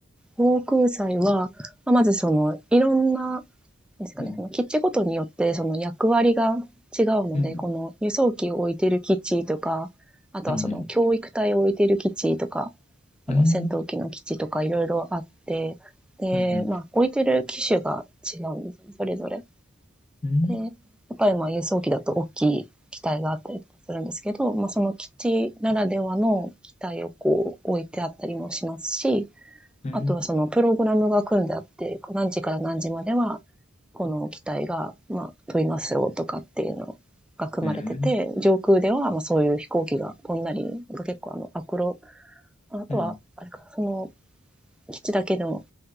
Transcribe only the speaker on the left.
うん、
うん、
うん、
うん、うん、
うん、
うん、
うん、うん、
うん、
うん、